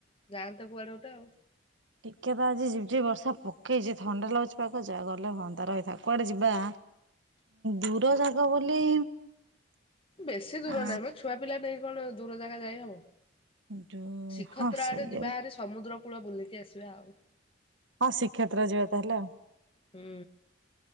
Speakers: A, on the left; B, on the right.
A: ଯାଆନ୍ତେ କୁଆଡେ ଗୋଟେ ଆଉ।
B: ଟିକେ ପା ଆଜି ଝିପଝିପ୍ ବର୍ଷା ପକେଇଚି ଥଣ୍ଡା ଲାଗୁଚି ପାଗ ଯା ଗଲେ ହୁଅନ୍ତା ରହିଥା କୁଆଡେ ଯିବା ଦୂର ଜାଗା ବୋଲି
A: ବେଶୀ ଦୂର
B: ଆ
A: ନାହିଁମ ଛୁଆ ପିଲା ନେଇ କଣ ଦୂର ଜାଗା ଯାଇ ହବ?
B: ଯୋଉ
A: ଶିଖତ୍ର
B: ହଁ ସେଇଆ
A: ଆଡେ ଯିବାହାରି ସମୁଦ୍ର କୂଳ ବୁଲିକି ଆସିବା ଆଉ।
B: ହଁ ଶ୍ରୀକ୍ଷେତ୍ର ଯିବା ତାହେଲେ ଆଉ।
A: ହୁଁ।